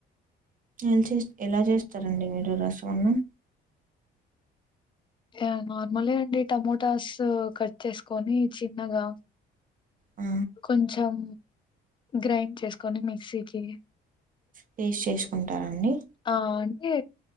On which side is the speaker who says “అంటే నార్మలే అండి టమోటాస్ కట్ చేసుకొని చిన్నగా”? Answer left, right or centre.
Left